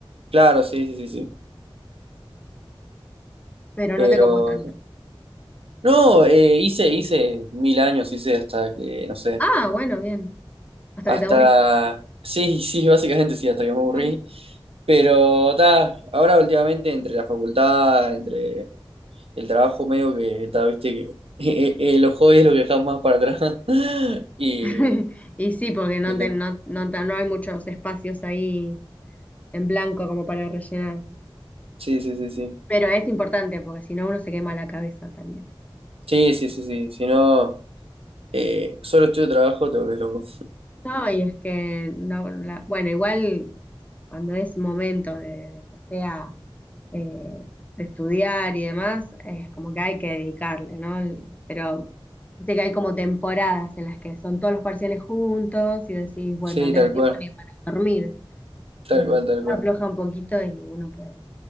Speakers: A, on the right (about 85°); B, on the left (about 15°).
A: Claro, sí, sí, sí, sí.
B: pero
A: Pero.
B: no te copo tanto.
A: No, eh, hice, hice mil años, hice hasta que, no sé.
B: Ah, bueno, bien. Hasta
A: Hasta.
B: que te aburriste.
A: Sí, sí, <laughs> básicamente sí, hasta que me aburrí.
B: <laughs>
A: Pero ta, ahora últimamente entre la facultad, entre el trabajo medio que ta, viste que <laughs> eh, eh, los hobbies es lo que dejamos más para atrás. <laughs> Y,
B: <laughs> Y sí, porque no,
A: y
B: te-
A: ta.
B: no, no, ta- no hay muchos espacios ahí en blanco como para rellenar.
A: sí, sí, sí, sí.
B: Pero es importante porque si no uno se quema la cabeza también.
A: Sí, sí, sí, sí. Si no, eh, solo estudio trabajo, te volvés loco.
B: No, y es que, no, la- bueno, igual cuando es momento de, de que sea eh, de estudiar y demás, es como que hay que dedicarle, ¿no? Pero viste que hay como temporadas en las que son todos los parciales juntos y decís, bueno,
A: Sí,
B: no tengo
A: tal
B: tiempo
A: cual,
B: ni para dormir.
A: tal
B: Eh,
A: cual, tal cual.
B: afloja un poquito y uno puede.